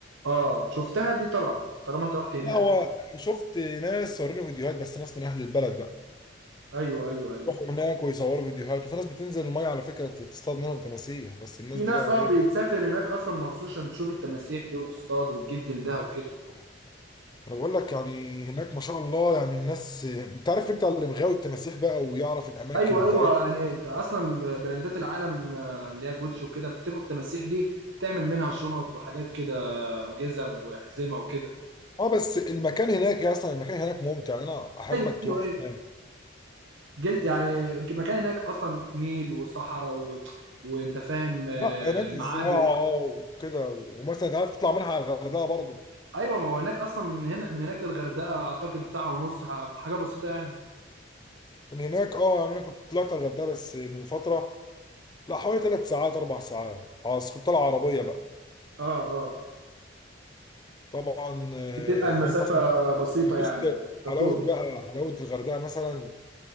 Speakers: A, on the right; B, on the left.
A: اه شفتها دي طبعا طالما انت رحت هناك
B: لا هو شفت ناس صوروني فيديوهات بس ناس من اهل البلد بقى
A: ايوه ايوه ايوه
B: يروحوا هناك ويصوروا فيديوهات وفي ناس بتنزل الميه على فكره تصطاد منهم تماسيح بس الناس
A: في
B: دي
A: ناس
B: بقى
A: اه
B: ايه
A: بتسافر هناك اصلا مخصوص عشان تشوف التماسيح دي وتصطاد وتجيب جلدها وكده
B: انا بقول لك يعني هناك ما شاء الله يعني الناس انت عارف انت اللي مغاوي التماسيح بقى ويعرف الاماكن
A: ايوه
B: بتاعتهم
A: ايوه يعني ده اصلا براندات العالم آه، اللي هي جوتشي وكده بتاخد التماسيح دي تعمل منها شنط وحاجات كده وجزم وحزمه وكده
B: اه بس المكان هناك يا اصلا المكان هناك ممتع يعني انا احبك
A: ايوه ايوه
B: تروح
A: ايوه
B: هناك
A: جل يعني مكان هناك اصلا نيل وصحراء و... وانت فاهم آه،
B: لا هناك
A: معابد
B: زراعه اه وكده ومثلا انت عارف تطلع منها على الغردقه برضه
A: ايوه ما هو هناك اصلا من هنا من هناك للغردقه اعتقد ساعه ونص ح- حاجه بسيطه يعني
B: من هناك اه يعني انا كنت طلعت على الغردقه بس من فتره لا حوالي ثلاث ساعات اربع ساعات خلاص كنت طالع عربيه بقى
A: اه اه
B: طبعا آه،
A: بتبقى المسافه
B: هناك مثلا
A: بسيطه يعني
B: بص حلاوه
A: على طول
B: بقى حلاوه الغردقه مثلا